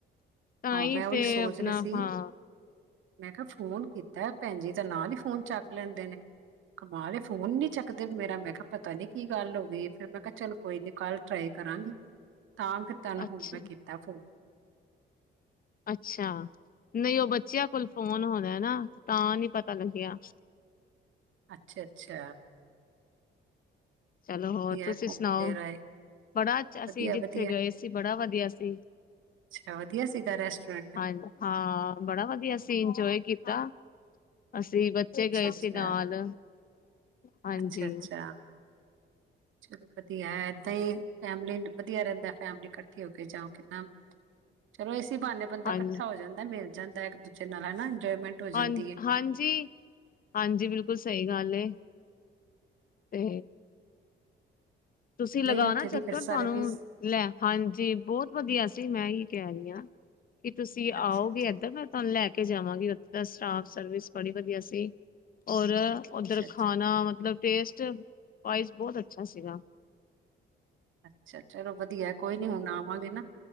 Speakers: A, on the left (about 45°); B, on the right (about 80°).
A: ਤਾਂ
B: ਹਾਂ
A: ਈ
B: ਮੈਂ ਉਹੀ
A: ਤੇ
B: ਸੋਚ
A: ਆਪਣਾ
B: ਰਹੀ ਸੀ
A: ਹਾਂ
B: ਮੈਂ ਕਾ ਫੋਨ ਕੀਤਾ ਭੈਣ ਜੀ ਤਾਂ ਨਾਲ ਈ ਫੋਨ ਚੱਕ ਲੈਂਦੇ ਨੇ ਕਮਾਲ ਏ ਫੋਨ ਨੀ ਚੱਕਦੇ ਮੇਰਾ ਮੈਂ ਕਾ ਪਤਾ ਨੀ ਕੀ ਗੱਲ ਹੋ ਗਈ ਫਿਰ ਮੈਂ ਕਾ ਚੱਲ ਕੋਈ ਨੀ ਕੱਲ ਟਰਾਈ ਕਰਾਂਗੀ। ਤਾਂ ਫਿਰ ਤੈਨੂੰ
A: ਅੱਛਾ
B: ਹੁਣ ਮੈਂ ਕੀਤਾ ਫੋਨ
A: ਅੱਛਾ ਨਈ ਓ ਬੱਚਿਆਂ ਕੋਲ ਫੋਨ ਹੋਣਾ ਨਾ ਤਾਂ ਨੀ ਪਤਾ ਲੱਗਿਆ।
B: ਅੱਛਾ-ਅੱਛਾ
A: ਚਲੋ ਹੋਰ ਤੁਸੀਂ
B: ਹੈ, ਘੁੰਮ
A: ਸੁਣਾਓ
B: ਫਿਰ ਆਏ
A: ਬੜਾ ਅਸੀਂ
B: ਵਧੀਆ
A: ਜਿੱਥੇ
B: ਵਧੀਆ
A: ਗਏ ਸੀ ਬੜਾ ਵਧੀਆ ਸੀ
B: ਅੱਛਾ ਵਧੀਆ ਸੀਗਾ ਰੈਸਟੋਰੈਂਟ
A: ਹਾਂਜ ਹਾਂ ਬੜਾ ਵਧੀਆ ਸੀ ਇੰਜੋਏ ਕੀਤਾ। ਅੱਛ ਸੀ ਬੱਚੇ
B: ਅੱਛਾ
A: ਗਏ
B: ਅੱਛਾ
A: ਸੀ ਨਾਲ ਹਾਂਜੀ।
B: ਅੱਛਾ ਅੱਛਾ ਚਲੋ ਵਧੀਆ ਏਦਾਂ ਈ ਫੈਮਲੀ ਵਧੀਆ ਰੇਂਦਾ ਫੈਮਲੀ ਕੱਠੀ ਹੋ ਕੇ ਜਾਓ ਕਿੰਨਾ ਚਲੋ ਇਸ ਬਾਨੇ ਬੰਦਾ
A: ਹਾਂਜੀ
B: ਕੱਠਾ ਹੋ ਜਾਂਦਾ ਮਿਲ ਜਾਂਦਾ ਇੱਕ ਦੂਜੇ ਨਾਲ ਹਨਾ ਇੰਜੋਏਮੈਂਟ ਹੋ
A: ਹਾਂਜ
B: ਜਾਂਦੀ ਹੈ
A: ਹਾਂਜੀ ਹਾਂਜੀ ਬਿਲਕੁੱਲ ਸਈ ਗੱਲ ਏ ਤੇ ਤੁਸੀਂ ਲਗਾਨਾ
B: ਨਹੀਂ ਉੱਥੇ
A: ਚੱਕਰ
B: ਦੀ ਫਿਰ
A: ਤਹਾਨੂੰ
B: ਸਰਵਿਸ
A: ਲੈ ਹਾਂਜੀ ਬੋਤ ਵਧੀਆ ਸੀ ਮੈਂ ਹੀ ਕੈ ਰੀ ਆ ਕਿ ਤੁਸੀਂ ਆਓਗੇ
B: ਅੱਛਾ
A: ਇਏਧਾਂ ਮੈਂ ਤੁਹਾਨੂੰ ਲੈ ਕੇ ਜਾਵਾਂਗੀ ਉੱਥੇ ਦਾ ਸਟਾਫ ਸਰਵਿਸ ਬੜੀ ਵਧੀਆ ਸੀ ਔਰ ਉੱਧਰ
B: ਅੱਛਾ-ਅੱਛਾ,
A: ਖਾਣਾ ਮਤਲਬ ਟੇਸਟ ਵਾਈਜ਼ ਬਹੁਤ ਅੱਛਾ ਸੀਗਾ
B: ਅੱਛਾ ਚਲੋ ਵਧੀਆ ਕੋਈ ਨੀ ਹੁਣ ਆਵਾਂਗੇ ਨਾ